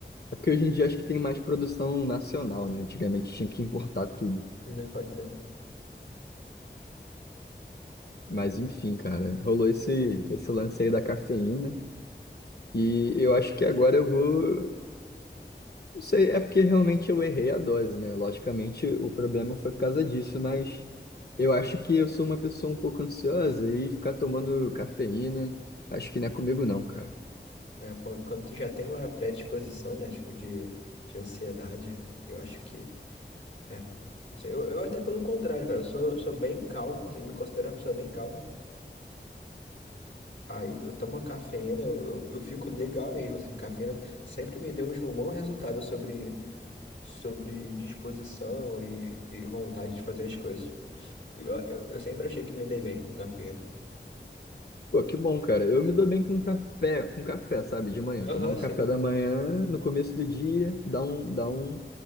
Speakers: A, on the left; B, on the left.
A: É porque hoje em dia acho que tem mais produção nacional, né? Antigamente tinha que importar tudo.
B: Né, pode ser.
A: Mas enfim, cara, rolou esse, esse lance aí da cafeína. E eu acho que agora eu vou. Não sei, é porque realmente eu errei a dose, né? Logicamente o problema foi por causa disso, mas eu acho que eu sou uma pessoa um pouco ansiosa e ficar tomando cafeína, acho que não é comigo, não, cara.
B: É, quan- quando tu já tem uma predisposição, né, tipo, de, de ansiedade, eu acho que, é. Não sei, eu, eu até pelo contrário, cara, eu sou, sou bem calmo, assim, me considero uma pessoa bem calma. Aí eu tomo a cafeína, eu, eu, eu fico legal mesmo, assim, cafeína sempre me deu tipo, um bom resultado sobre, sobre disposição e, e vontade de fazer as coisas. Eu, eu, eu sempre achei que me dei bem com cafeína.
A: Pô, que bom, cara. Eu me dou bem com café, com café, sabe? De manhã.
B: Aham,
A: Tomar um
B: sim.
A: café da manhã, no começo do dia, dá um, dá um,